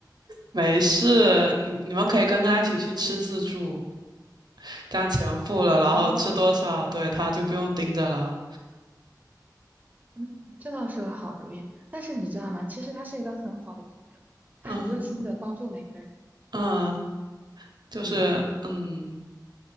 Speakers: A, on the right (about 75°); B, on the right (about 20°).
A: 没事，你你们可以跟他一起去吃自助，这样钱付了，然后吃多少，
B: 哦，
A: 对，他就不用盯着了。
B: 嗯，这倒是个好主意。但是你知道吗？其实他是一个很好的朋友，他很热心的帮助每个人。
A: 嗯嗯，就是嗯。
B: 嗯，